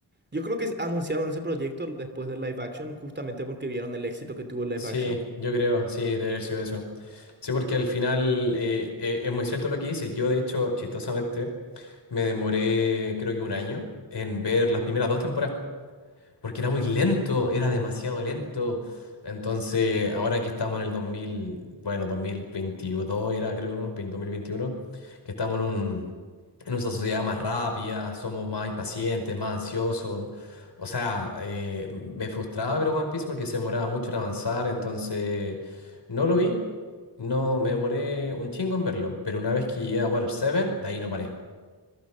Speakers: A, on the right; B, on the left.
A: Yo creo que anunciaron ese proyecto después del live action, justamente porque vieron el éxito que tuvo el live
B: Sí,
A: action.
B: yo creo, sí, debe haber sido eso. Sí, porque al final eh, eh, es muy cierto lo que dices. Yo, de hecho, chistosamente, me demoré creo que un año en ver las primeras dos temporadas porque era muy lento, era demasiado lento. Entonces, ahora que estamos en el 2000, bueno, 2022 era, creo, 2021, que estamos en un, en una sociedad más rápida, somos más impacientes, más ansiosos. O sea, eh, me frustraba ver One Piece porque se demoraba mucho en avanzar, entonces no lo vi, no me demoré un chingo en verlo, pero una vez que llegué a Water 7, de ahí no paré.